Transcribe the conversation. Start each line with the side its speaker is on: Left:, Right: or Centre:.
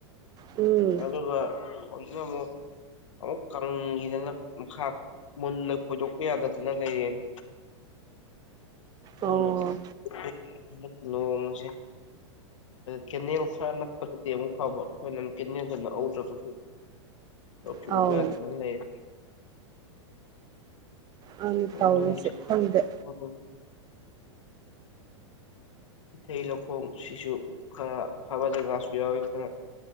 Right: ꯎꯝ
Left: ꯑꯗꯨꯒ ꯍꯧꯖꯤꯛꯅ ꯑꯃꯨꯛ ꯑꯃꯨꯛ ꯀꯪꯈꯤꯗꯅ ꯃꯈꯥ ꯃꯨꯟꯅ ꯈꯣꯏꯗꯣꯛꯄ ꯌꯥꯗ ꯗꯅ ꯂꯩꯔꯦꯅꯦ ꯑꯗꯨꯅ
Right: ꯑꯣ
Left: ꯅꯣꯡꯁꯦ ꯀꯦꯅꯦꯜ ꯈꯔ ꯅꯛꯄꯗꯗꯤ ꯑꯃꯨꯛ ꯐꯕ ꯑꯩꯈꯣꯏꯅ ꯀꯦꯅꯦꯜꯗꯨ ꯅꯥꯛꯍꯧꯗ꯭ꯔꯕꯒꯤ ꯂꯧꯁꯨ
Right: ꯑꯧ
Left: ꯎꯕ ꯌꯥꯗꯗꯅ ꯂꯩꯔꯦ
Right: ꯑꯗꯨꯅꯤ
Left: ꯑꯥ
Right: ꯇꯧꯔꯤꯁꯦ
Left: ꯅꯣꯡꯁꯦ
Right: ꯈꯪꯗꯦ
Left: <unintelligible> ꯏꯊꯩ ꯂꯧꯈꯣꯡ ꯁꯤꯁꯨ ꯈꯔ ꯐꯕ ꯖꯒꯥꯁꯨ ꯌꯥꯎꯋꯤ ꯈꯔ